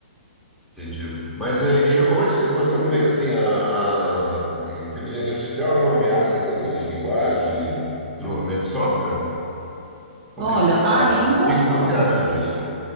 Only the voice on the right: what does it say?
Olha,
ainda
não.